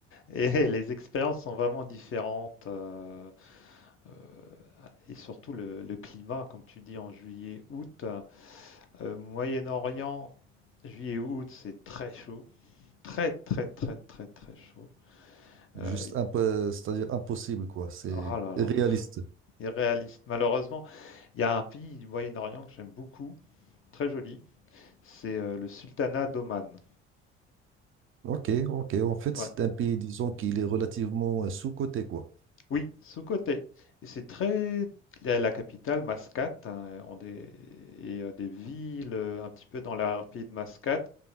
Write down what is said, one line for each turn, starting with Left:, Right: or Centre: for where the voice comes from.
Left: et <laughs> les expériences sont vraiment différentes. euh, euh, et surtout le, le climat, comme tu dis, en juillet-août. Euh, Moyen-Orient, juillet-août, c'est très chaud. Très, très, très, très, très chaud.
Right: Juste
Left: Euh,
Right: un peu, c'est-à-dire impossible, quoi. C'est
Left: oh là là,
Right: réaliste.
Left: irréaliste. Malheureusement, il y a un pays du Moyen-Orient que j'aime beaucoup, très joli. C'est euh, le Sultanat d'Oman.
Right: Ok, ok. En fait,
Left: Ouais.
Right: c'est un pays, disons, qu'il est relativement euh, sous-coté, quoi.
Left: Oui, sous côté. Et c'est très la, la capitale Mascate hein, ont des, et euh, des villes euh, un petit peu dans l'arrière-pays de Mascate